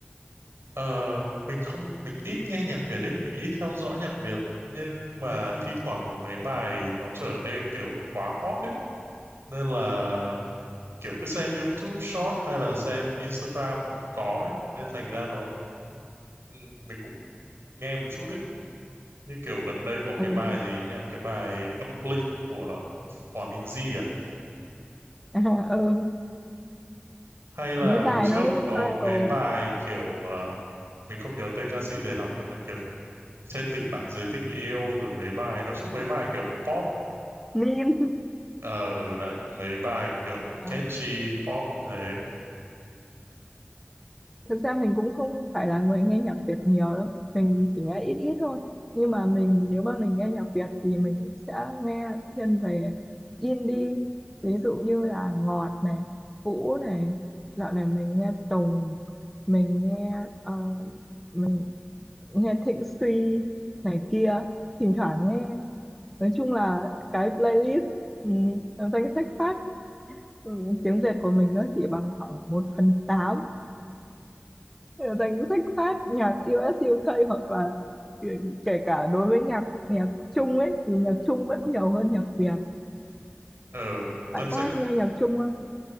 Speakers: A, on the right (about 85°); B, in the centre.
A: Ờ, mình không mình ít nghe nhạc Việt đấy mình ít theo dõi nhạc Việt nhưng mà thi thoảng có mấy bài nó trở nên kiểu quá hot đấy nên là kiểu cứ xem YouTube Short hay là xem Instagram nó cũng có ấy. nên thành ra nó ừ, mình cũng nghe một chút đấy như kiểu gần đây có
B: ừ
A: cái bài gì nhá cái bài Bắc Bling của Hòa Minzy à
B: à, ừ
A: hay là
B: mấy
A: hồi
B: bài
A: trước
B: nó lên
A: có
B: viral
A: mấy bài kiểu ờ, mình không nhớ tên ca sĩ để làm nhưng mà kiểu trên tình bạn dưới tình yêu rồi mấy bài nói chung mấy bài kiểu pop
B: meme
A: ờ, ở ừ, đấy mấy bài kiểu
B: à,
A: catchy pop thế
B: thực ra mình cũng không phải là người nghe nhạc Việt nhiều đâu mình chỉ nghe ít ít thôi nhưng mà mình nếu mà mình nghe nhạc Việt thì mình sẽ nghe thiên về indie ví dụ như là Ngọt này Vũ này dạo này mình nghe Tùng mình nghe ờ, mình nghe Thịnh Suy này kia thỉnh thoảng nghe nói chung là cái playlist ừ, danh sách phát Ừ, tiếng Việt của mình nó chỉ bằng khoảng một phần 8 danh sách phát nhạc US UK hoặc là kể, kể cả đối với nhạc nhạc Trung ấy thì nhạc Trung vẫn nhiều hơn nhạc Việt
A: ở
B: bạn
A: danh sách
B: có hay nghe nhạc Trung không